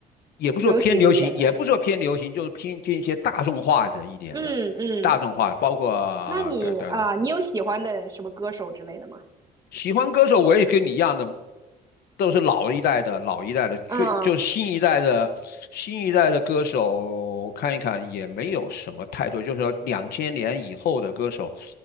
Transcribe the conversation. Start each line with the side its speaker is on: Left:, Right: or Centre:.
Left: 也不说偏流行，
Right: 流行一点的。
Left: 也不说偏流行，就是偏听一些大众化的一点的，
Right: 嗯嗯
Left: 大众化，包括对对对
Right: 那你啊，你有喜欢的什么歌手之类的吗？
Left: 喜欢歌手我也跟你一样的，都是老一代的老一代的，最就是新一代的新一代的歌手看一看也没有什么太多，
Right: 啊
Left: 就是说两千年以后的歌手